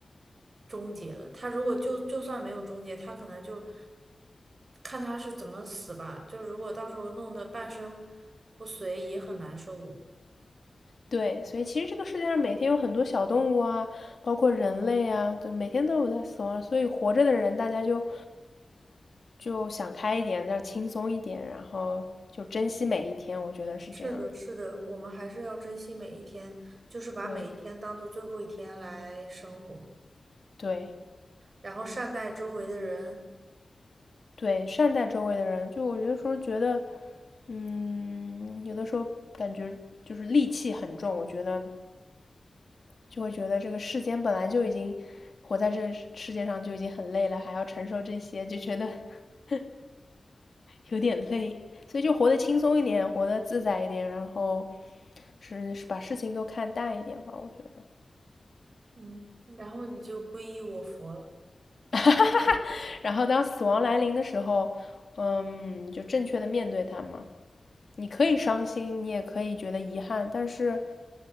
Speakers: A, on the right; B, on the left.
A: 终结了。他如果就就算没有终结，他可能就看他是怎么死吧。就如果到时候弄得半身不遂，也很难受的。
B: 对，所以其实这个世界上每天有很多小动物啊，包括人类啊，就每天都有在死亡，所以活着的人大家就就想开一点，要轻松一点，然后就珍惜每一天，我觉得是这样。
A: 是的，是的，我们还是要珍惜每一天，就是把每一天当做最后一天来生活，
B: 对，对
A: 然后善待周围的人，
B: 对，善待周围的人，就我有的时候觉得，嗯，有的时候感觉就是戾气很重，我觉得就会觉得这个世间本来就已经活在这世界上就已经很累了，还要承受这些，就觉得 <laughs> 有点累，所以就活得轻松一点，活得自在一点，然后是是把事情都看淡一点吧，我觉得。
A: 嗯，然后你就皈依我佛了。
B: <laughs> 然后当死亡来临的时候，嗯，就正确的面对它嘛。你可以伤心，你也可以觉得遗憾，但是，